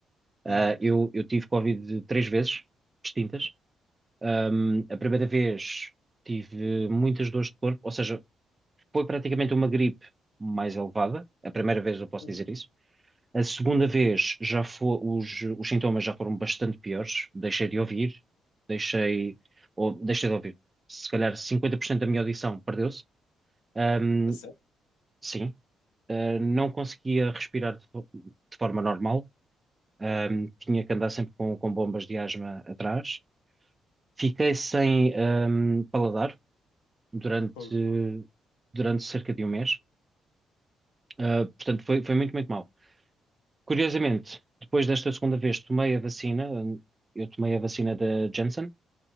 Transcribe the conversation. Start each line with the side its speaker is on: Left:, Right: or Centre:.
Left: Uhum.
Right: Ah, eu, eu tive Covid três vezes distintas. Ahm, a primeira vez tive muitas dores de corpo, ou seja, foi praticamente uma gripe mais elevada. A primeira vez eu posso
Left: Uhum.
Right: dizer isso. A segunda vez já foi, os, os sintomas já foram bastante piores. Deixei de ouvir, deixei, ou deixei de ouvir. Se calhar 50% da minha audição perdeu-se. Ahm,
Left: A sério?
Right: sim, Ah, não conseguia respirar de, fo- de forma normal. Ahm, tinha que andar sempre com, com bombas de asma atrás. Fiquei sem, ahm, paladar durante,
Left: Fogo.
Right: durante cerca de um mês. Ah, portanto, foi, foi muito, muito mal. Curiosamente, depois desta segunda vez tomei a vacina, hum, eu tomei a vacina da Janssen,